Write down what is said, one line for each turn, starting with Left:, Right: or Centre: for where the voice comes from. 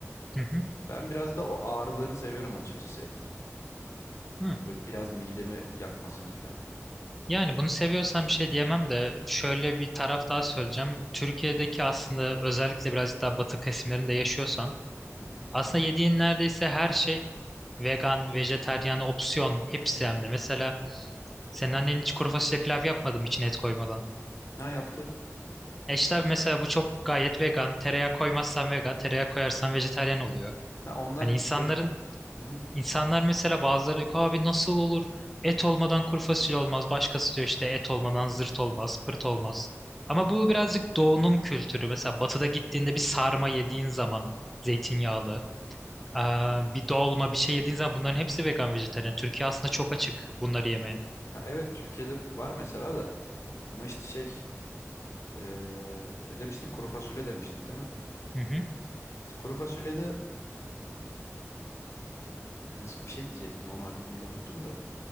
Centre: hı hı,
Left: Ben biraz da o ağırlığını seviyorum açıkçası etin.
Centre: hı.
Left: Böyle biraz midemi yakmasını falan.
Centre: Yani bunu seviyorsan bir şey diyemem de şöyle bir taraf daha söyleyeceğim. Türkiye'deki aslında özellikle birazcık daha batı kesimlerinde yaşıyorsan
Left: Hı hı.
Centre: aslında yediğin neredeyse her şey vegan, vejeteryan opsiyon hepsi hem de. Mesela senin annen hiç kuru fasulye pilav yapmadım içine et koymadan.
Left: Ne yaptı?
Centre: E işte abi mesela bu çok gayet vegan. Tereyağı koymazsan vegan, tereyağı koyarsan vejeteryan oluyor.
Left: Ha onlar
Centre: Hani insanların
Left: beni hı hı,
Centre: insanlar mesela bazıları yok abi nasıl olur? Et olmadan kuru fasulye olmaz. Başkası diyor işte et olmadan zırt olmaz, pırt olmaz.
Left: hı
Centre: Ama
Left: hı.
Centre: bu birazcık doğunun kültürü. Mesela batıda gittiğinde bir sarma yediğin zaman zeytinyağlı, aa, bir dolma bir şey yediğin zaman bunların hepsi vegan vejetaryen. Türkiye aslında çok açık bunları yemeye.
Left: Ha, evet Türkiye'de var mesela da. Ama işte şey eee, ne demiştin? Kuru fasulye demiştin değil mi?
Centre: Hı hı.
Left: İşte kuru fasulyede Nasıl bir şey diyecektim onu aklımda unuttum da.